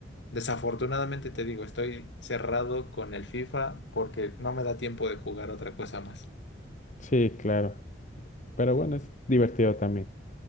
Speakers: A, on the left; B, on the left.
A: desafortunadamente te digo, estoy cerrado con el FIFA porque no me da tiempo de jugar otra cosa más.
B: Sí, claro. Pero bueno, es divertido también.